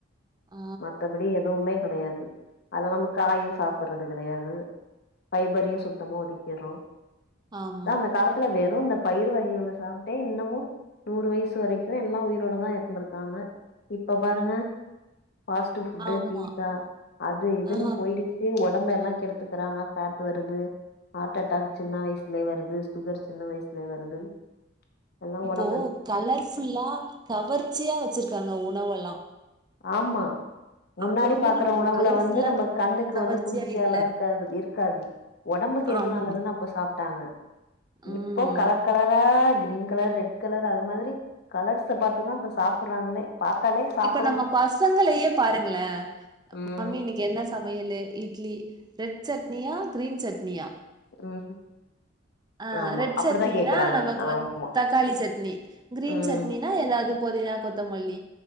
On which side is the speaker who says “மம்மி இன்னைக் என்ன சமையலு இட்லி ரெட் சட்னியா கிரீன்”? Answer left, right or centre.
Right